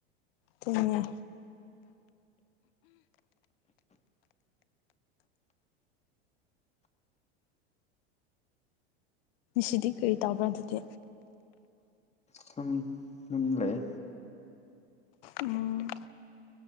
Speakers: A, on the left; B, on the left.
A: ꯇꯨꯡꯉꯦ ꯁꯤꯗꯤ ꯀꯔꯤ ꯇꯕ꯭ꯔꯥ ꯑꯗꯨꯗꯤ
B: ꯁꯨꯝ ꯑꯗꯨꯨꯝ ꯂꯩ
A: ꯎꯝ